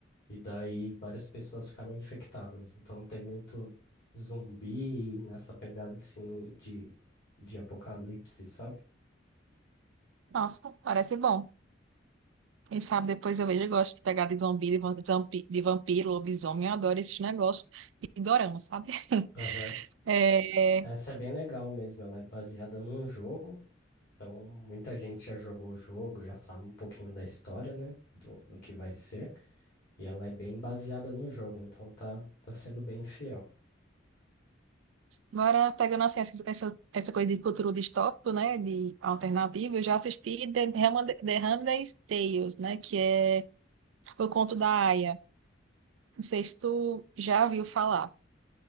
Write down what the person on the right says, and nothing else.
Nossa, parece bom. Quem sabe depois eu vejo, eu gosto de pegar de zumbi, de van- zampi- de vampiro, lobisomem, eu adoro esses negócios de dorama, sabe? <laughs>
É...
Agora, pegando assim, essa, essa essa coisa de futuro distópico, né, de alternativa, eu já assisti The Ham- The Handmaid's Tales, né, que é o conto da Aya. Não sei se tu já ouviu falar.